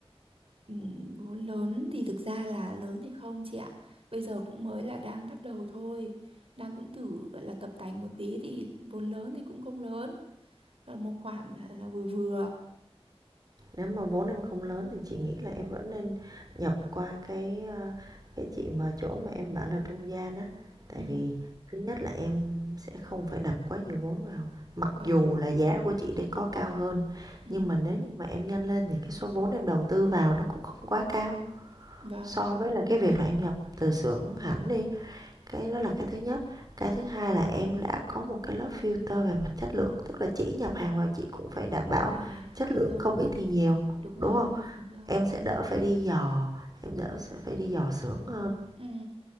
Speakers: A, on the right; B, on the right.
A: Ừ, vốn lớn thì thực ra là lớn thì không chị ạ. Bây giờ cũng mới là đang bắt đầu thôi. Đang cũng thử gọi là tập tành một tí thì vốn lớn thì cũng không lớn. Còn một khoản là, là vừa vừa.
B: Nếu mà vốn em không lớn thì chị nghĩ là em vẫn nên nhập qua cái, ờ, cái chị mà chỗ mà em bảo là trung gian á. Tại
A: Ừ,
B: vì thứ nhất là em sẽ không phải đập quá nhiều vốn vào. Mặc
A: vâng,
B: dù là giá của chị đấy có cao hơn,
A: ừ,
B: nhưng mà nếu như mà em nhân lên thì cái số vốn em đầu tư vào nó cũng không quá cao
A: vâng.
B: so với là cái việc là em nhập từ xưởng hẳn đi. Cái đó là cái thứ nhất. Cái thứ hai
A: Ừ.
B: là em đã có một cái lớp filter về mặt chất lượng, tức là chỉ nhập hàng vào chị cũng phải đảm bảo
A: À,
B: chất
A: đúng
B: lượng
A: rồi,
B: không ít thì nhiều,
A: đúng rồi,
B: đúng không?
A: đúng rồi.
B: Em sẽ đỡ phải đi dò, em đỡ sẽ phải đi dò xưởng hơn.
A: Ừ,